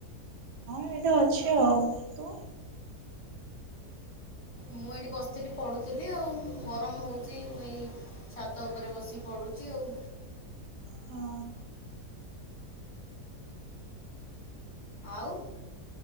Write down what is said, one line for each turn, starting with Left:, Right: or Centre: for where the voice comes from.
Right: ଏଇଟତ ଅଛି ଆଉ। ତୁ?
Left: ମୁଁ ଏଇଠି ବସିଥିଲି ପଢ଼ୁଥୁଲି ଆଉ ଗରମ ହୋଉଚି ମୁଁ ଏଇ ଛାତ ଉପରେ ବସିିକି ପଡ଼ୁଚି ଆଉ।
Right: ହଁ
Left: ଆଉ